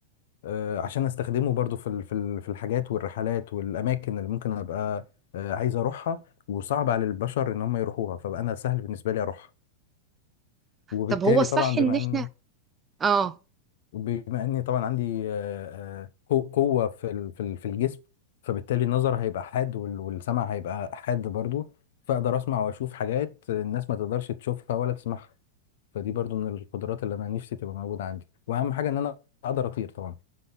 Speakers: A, on the left; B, on the right.
A: آه، عشان استخدمه برضو في ال- في ال- في الحاجات والرحلات والاماكن اللي ممكن ابقى آه، عايز اروحها وصعب على البشر ان هم يروحوها فبقى انا سهل بالنسبه لي اروحها وبالتالي
B: طب هو الصح
A: طبعا بما
B: ان احنا
A: اني
B: اه
A: بما اني طبعا عندي آه، آه، قو- قوه في ال- في ال- في الجسم فبالتالي النظر هيبقى حاد وال- والسمع هيبقى حاد برضو فاقدر اسمع واشوف حاجات الناس ما تقدرش تشوفها ولا تسمعها فدي برضو من القدرات اللي انا نفسي تبقى موجوده عندي واهم حاجه ان انا اقدر اطير طبعا